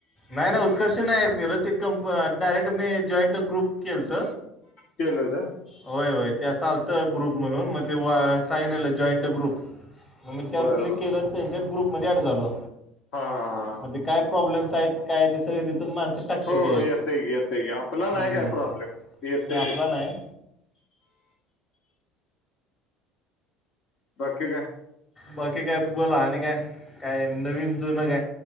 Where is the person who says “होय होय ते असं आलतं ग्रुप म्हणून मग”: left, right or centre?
Left